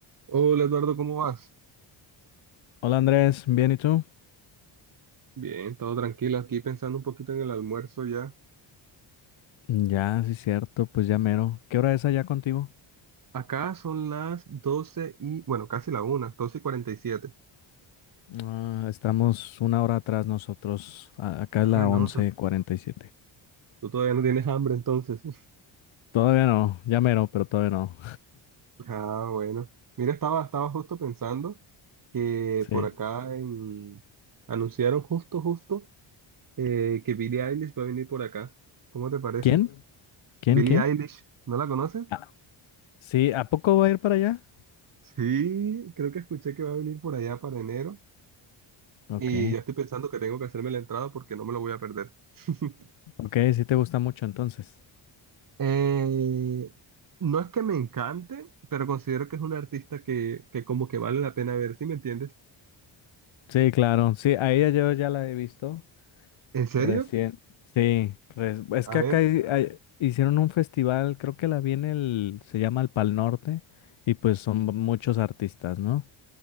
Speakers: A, on the right; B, on the left.
A: Hola Eduardo, ¿cómo vas?
B: Hola Andrés, ¿bien y tú?
A: Bien, todo tranquilo aquí pensando un poquito en el almuerzo ya.
B: Ya, sí, cierto, pues ya mero. ¿Qué hora es allá contigo?
A: Acá son las 12 y, bueno, casi la una, 12 y 47.
B: Ah, estamos una hora atrás nosotros. A- Acá
A: Ah,
B: es la
A: no,
B: once
A: tú,
B: cuarenta y siete.
A: tú todavía no tienes hambre entonces. <laughs>
B: Todavía no, ya mero, pero todavía no.
A: Ah, bueno. Mira, estaba, estaba justo pensando que
B: Sí.
A: por acá en... anunciaron justo, justo eh, que Billie Eilish va a venir por acá. ¿Cómo te parece?
B: ¿Quién? ¿Quién?
A: Billie
B: ¿Quién?
A: Eilish, ¿no la conoces?
B: Ah, sí, ¿a poco va a ir para allá?
A: Sí, creo que escuché que va a venir por allá para enero.
B: Ok.
A: Y ya estoy pensando que tengo que hacerme la entrada porque no me lo voy a perder. <laughs>
B: Ok, sí te gusta mucho entonces.
A: Eh, no es que me encante, pero considero que es un artista que, que como que vale la pena ver, ¿sí me entiendes?
B: Sí, claro. Sí, a ella yo ya la he visto.
A: ¿En serio?
B: Recién, sí, res- es
A: A
B: que
A: ver,
B: acá hay- hay- hicieron un festival, creo que la viene el, se llama el Pal Norte, y pues son muchos artistas, ¿no?